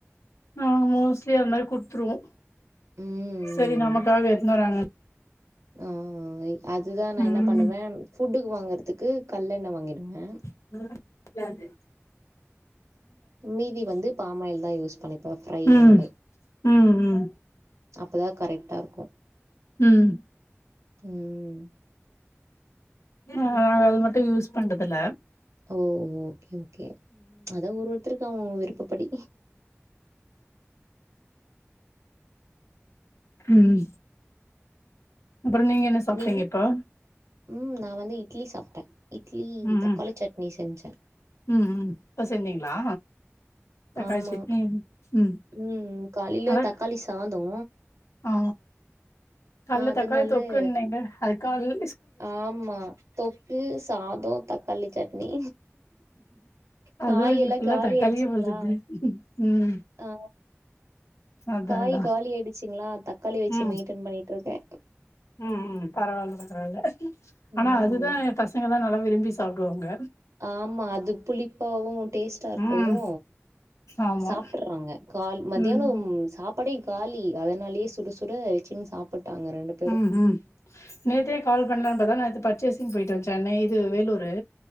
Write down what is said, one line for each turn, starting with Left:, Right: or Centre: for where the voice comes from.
Left: நாங்க மோஸ்ட்லி அந்த மாரி குட்த்துருவோ
Right: ம்.
Left: சரி நமக்காக எட்ன்னு வராங்க
Right: ஆ அதுதா நா
Left: ம்
Right: என்ன பண்ணுவ ஃபுட்டுக்கு வாங்கறதுக்கு கட்லெண்ண வாங்கிடுவ
Left: <inaudible>
Right: மீதி வந்து பாம் ஆயில் தான் யூஸ் பண்ணிப்பேன் ஃப்ரைனாலே.
Left: ம் ம் ம்
Right: அப்பதா கரெட்டா இருக்கு
Left: ம்
Right: ம்
Left: நாங்க அது மட்டு யூஸ் பண்டதுல
Right: ஓ ஓகே ஓகே அதா ஒரு ஒருத்தருக்கு அவங்கவங்க விருப்பப்படி
Left: ம் அப்புறோ நீங்க என்ன சாப்ட்டீங்க
Right: நீங்க?
Left: இப்போ
Right: ம் நா வந்து இட்லி சாப்ட்ட இட்லி
Left: ம்
Right: தக்காளி
Left: ம்
Right: சட்னி செஞ்ச
Left: ம் ம் இப்ப செஞ்சீங்ளா தக்காளி
Right: ஆமா.
Left: சட்னி ம்
Right: ம் காலைல
Left: அதா
Right: தக்காளி சாதோ
Left: ஆ கால்லே
Right: அதனால
Left: தக்காளி தொக்குன்னீங்க அதுக்கால்லே
Right: ஆமா தொக்கு சாதோ தக்காளி சட்னி
Left: அதுவா
Right: காயெல்லா
Left: இன்னைக்கு ஃபுல்லா
Right: காலி
Left: தக்காளியே
Right: ஆய்ட்ச்சிங்ளா
Left: போல்துது ம்
Right: ஆ
Left: அதா
Right: காய்
Left: அதா
Right: காலி ஆய்டுச்சுங்ளா தக்காளி வச்சு
Left: ம்
Right: மெய்ன்டென் பண்ணிட்ருக்க
Left: ம் ம் பரவால்ல பரவால்ல ஆனா
Right: ம்.
Left: அதுதா பஸ் சங்கல்லா நல்லா விரும்பி சாப்டுவாங்க
Right: ஆமா அது புளிப்பாவு டேஸ் டா இருக்கவு
Left: ம் ஆமா
Right: சாப்டுறாங்க கால் மத்தியானம்
Left: ம்
Right: சாப் பாடே காலி அதனாலயே சுட சுட வச்சுன்னு சாப்பிட்டாங்க ரெண்டு
Left: ம் ம் நேத்தே கால் பண்லான் பாத்தா நேத்து பர்ச்சேசிங் போய்ட்டு வந்த நே இது வேலூரு